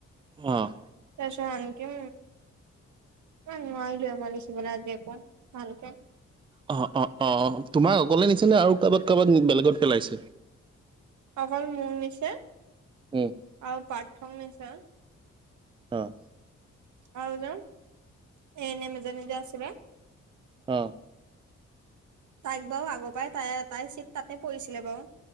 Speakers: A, on the right; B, on the right.
A: অহ
B: তাপিছত এনেকে মই নোৱাৰিৱে মই লিখিবলে আজি একো ভালকে
A: অহ অহ অহ অহ তোমাক অকলে দিছে নে আৰু কাবাক কাবাক নি বেলেগত পেলাইছে
B: অকল মোক নিছে
A: উম
B: আৰু পাৰ্থক নিছে
A: অহ
B: আৰু এজন এনেম এজনী যে আছিলে
A: অহ
B: তাইক বাও আগৰ পৰাই তাই তাইৰ চিট তাতে পৰিছিলে বাও